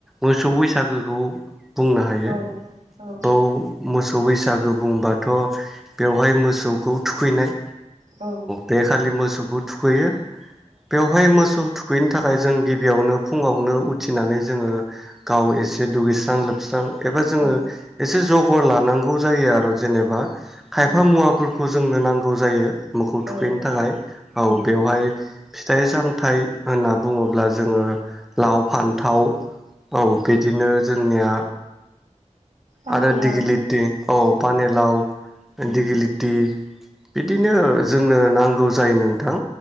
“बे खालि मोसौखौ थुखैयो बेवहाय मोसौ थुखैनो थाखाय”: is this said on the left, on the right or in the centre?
Centre